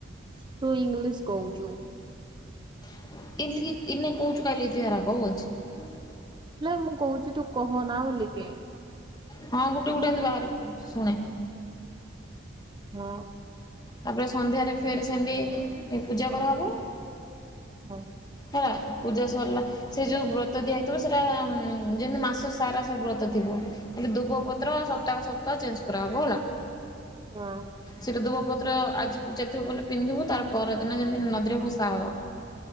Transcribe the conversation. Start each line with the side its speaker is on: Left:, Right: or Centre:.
Right: ତୁ ଇଂଲିଶ କହୁଛୁ?
Left: <unintelligible>
Right: ହେଲେ ମୁଁ କହୁଛି ତୁ କହନା ବୋଲିକି?
Left: ହଁ ଗୋଟେ ଗୋଟେ ଏମିତି ବାହାରି ପଡୁଛି ଶୁଣେ?
Right: ହଁ।
Left: ତାପରେ ସନ୍ଧ୍ୟାରେ ଫେର୍ ସେମିତି ପୂଜା କରାହେବ।
Right: ହଁ।
Left: ହେଲା ପୂଜା ସରିଲା ସେ ଯୋଉ ବ୍ରତ ଦିଆଯଇଥିବ ସେଟା ଯେମିତି ମାସ ସାରା ସେ ବ୍ରତ ଥିବ। ହେଲେ ଦୁବ ପତ୍ର ସପ୍ତାହକୁ ସପ୍ତାହ ଚେଞ୍ଜ କରାହେବ ହେଲା।
Right: ହଁ।
Left: ସେଟା ଧୁବପତ୍ର ଆଜି ପୂଜା ଥିବ ବୋଲି ପିନ୍ଧିବୁ ତାର ପରଦିନ ଯେମିତି ନଦୀରେ ଭସା ହବ।